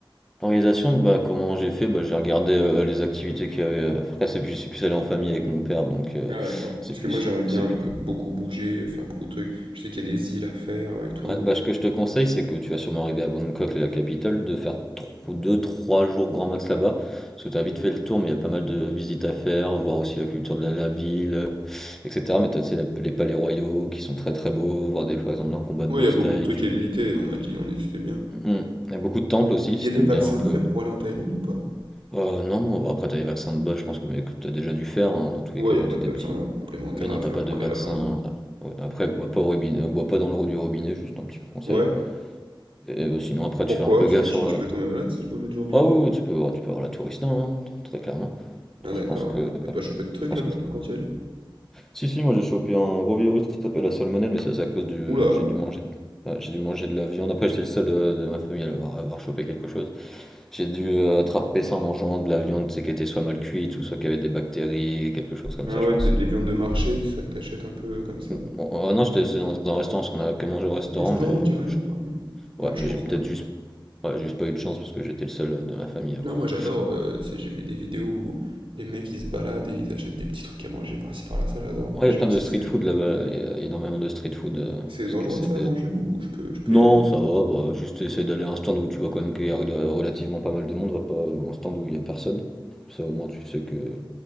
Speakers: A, in the centre; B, on the right.
A: L'organisation, bah, comment j'ai fait? Bah, j'ai regardé euh, les activités qu'il y avait. euh, Après, c'est plus, je suis plus allé en famille avec mon père, donc euh,
B: Ah d'accord.
A: c'est
B: Parce
A: plus,
B: que moi j'aimerais bien
A: c'est plus.
B: euh, beaucoup bouger, euh, faire beaucoup de trucs. Je sais qu'il y a des îles à faire euh, et tout.
A: Ouais, bah, ce que je te conseille, c'est que tu vas sûrement arriver à Bangkok, la capitale, de faire tro- 2, trois jours grand max là-bas, parce que tu as vite fait le tour, mais il y a pas mal de visites à faire, voir aussi la culture de la, la ville, euh, etc. Mais tu as, les palais royaux qui sont très très beaux, voir des, par exemple un combat de
B: Ouais,
A: boxe
B: il y a beaucoup
A: thaï,
B: de trucs à visiter, on m'a dit, on a dit que c'était bien.
A: Mmh. Il y a beaucoup de temples aussi,
B: Il
A: si
B: y a des
A: t'aimes
B: vaccins
A: bien un peu.
B: à faire pour aller en Thaïlande ou pas?
A: Oh non, bon, bah après t'as les vaccins de base, je pense que, mais que t'as déjà dû faire hein, dans tous
B: Ouais,
A: les cas
B: il n'y
A: quand
B: a pas
A: t'étais
B: de vaccin
A: petit.
B: euh, complémentaire
A: Mais non,
B: à faire
A: t'as pas
B: pour
A: de vaccin.
B: aller là-bas, non.
A: Ah, ouais, Après, bois pas au robinet, euh, bois pas dans l'eau du robinet, juste un petit conseil.
B: Ouais,
A: Et bah, sinon, après,
B: pourquoi?
A: tu fais un peu
B: Sinon
A: gaffe
B: je,
A: sur
B: je
A: la.
B: peux tomber malade si je bois l'eau du robinet.
A: Ah oui, oui, tu peux, ouais, tu peux avoir la tourista, hein, très clairement. Donc
B: Ah d'accord,
A: je pense que,
B: ouais. T'as pas chopé de trucs
A: je pense
B: là-bas
A: que.
B: toi quand tu y allais?
A: Si si, moi j'ai chopé un gros virus, ça s'appelle la salmonelle, mais ça c'est à cause du,
B: Oula!
A: j'ai dû manger, ouais, j'ai dû manger de la viande. Après, j'étais le seul euh, de, ma famille à avoir, à avoir chopé quelque chose. J'ai dû euh, attraper ça en mangeant de la viande, c'est sais, qui était soit mal cuite ou soit qui avait des bactéries, quelque chose comme
B: Ah
A: ça,
B: ouais,
A: je pense.
B: c'est les viandes de marché, c'est ça que t'achètes un peu euh, comme ça.
A: Bon, euh, non, j'étais c'est dans un restaurant, parce qu'on a que mangé au restaurant,
B: Un restaurant
A: mais euh,
B: carrément,
A: je-
B: ah oui.
A: ouais,
B: Pas de chance
A: mais j'ai peut-être
B: alors.
A: juste, ouais, juste pas eu de chance parce que j'étais le seul euh, de ma famille à avoir.
B: Non, moi
A: euh.
B: j'adore, euh, tu sais, j'ai vu des vidéos où les mecs ils se baladent et ils achètent des petits trucs à manger par-ci par-là, ça j'adore, moi.
A: Ouais,
B: Je
A: il y a
B: sais
A: plein
B: pas
A: de
B: si
A: street
B: c'est
A: food là-bas, il y a énormément de street food. euh,
B: c'est
A: ce
B: dangereux
A: que c'est...
B: ça à manger ou je peux, je peux
A: Non,
B: y aller?
A: ça va, bah, juste essayer d'aller à un stand où tu vois quand même qu'il y a rela- relativement pas mal de monde, va pas à un stand où il y a personne. Ça au moins tu sais que,